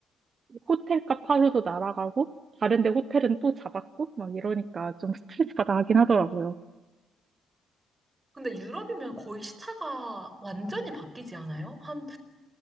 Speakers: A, on the right; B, on the right.
A: 호텔값 하루도 날아가고 다른 데 호텔은 또 잡았고 막 이러니까 좀 스트레스 받아 하긴 하더라고요.
B: 근데 유럽이면 거의 시차가 완전히 바뀌지 않아요? 한